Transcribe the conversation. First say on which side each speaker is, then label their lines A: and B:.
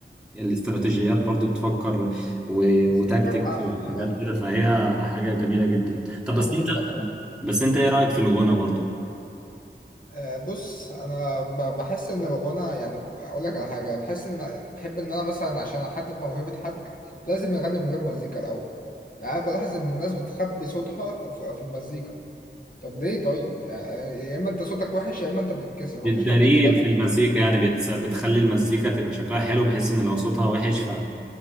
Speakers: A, in the centre; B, on the left (about 50°).
A: الاستراتيجيات برضو تفكر و...
B: بس
A: وتكتيك
B: بلعب
A: وحاجات
B: من الآخر.
A: كده فهي حاجه جميله جدا طب
B: حاجه
A: بس
B: مهمه
A: انت
B: بصراحه
A: بس انت ايه رايك في الغنى برضو
B: آه، بص انا ب- بحس ان الغنى يعني اقول لك على حاجه بحس ان بحب ان انا مثلا عشان احدد موهبه حد لازم يغني من غير مزيكا الاول يعني بلاحظ ان الناس بتخبي صوتها ف- في المزيكا طب ليه طيب يعني يا اما انت صوتك وحش يا اما انت بتتكسف
A: بتداريه
B: مفيش حد بيغني
A: في المزيكا يعني بتس... بتخلي المزيكا تبقى شكلها حلو بحيث ان لو صوتها وحش ف